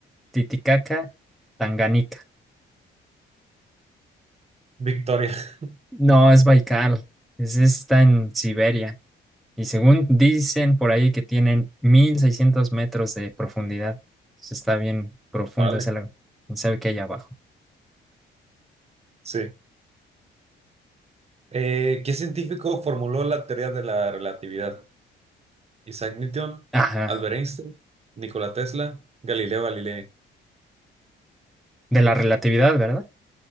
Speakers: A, in the centre; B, on the right (about 30°).
A: Titicaca, Tanganica.
B: Victoria. <laughs>
A: No, es Baikal. Ese está en Siberia. Y según dicen por ahí que tienen 1600 metros de profundidad. Entonces, está bien profundo
B: Órale.
A: ese lago. ¿Quién sabe qué hay abajo?
B: Sí. Eh, ¿qué científico formuló la teoría de la relatividad? Isaac Newton,
A: Ajá,
B: Albert Einstein, Nikola Tesla, Galileo Galilei.
A: de la relatividad, ¿verdad?